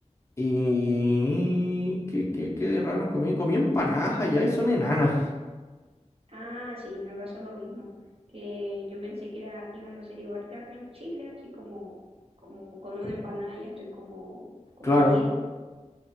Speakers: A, on the left; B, on the right.
A: Y... ¿Qué, qué, qué de raro comí? Comí empanadas allá y son enanas.
B: Ah, sí, me pasó lo mismo, que yo pensé que era, iban a ser igual que acá en Chile, así como, como con una
A: Mm,
B: empanada ya estoy como, como
A: Claro.
B: bien,